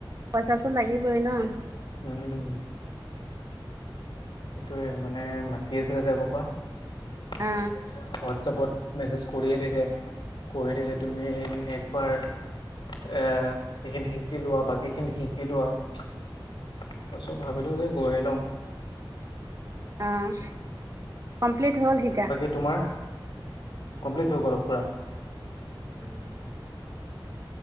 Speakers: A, on the right (about 40°); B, on the left (about 70°).
A: পইচাটো লাগিবই ন।
B: উম। সেইটোৱে মানে মাতি আছিলে যে আগৰ পৰা। হোৱাটছএপত
A: অ
B: মেছেজ কৰিয়ে থাকে কৈয়ে থাকে তুমি হে এক এ-এইখিনি শিকি লোৱা বাকীখিনি শিকি লোৱা। তাৰ পিছত ভাবিলোঁ যে গৈয়ে লওঁ। <inaudible>
A: অ'। কমপ্লিট হ'ল? শিকা
B: বাকী তোমাৰ কমপ্লিট হৈ গ'ল পুৰা।
A: উম।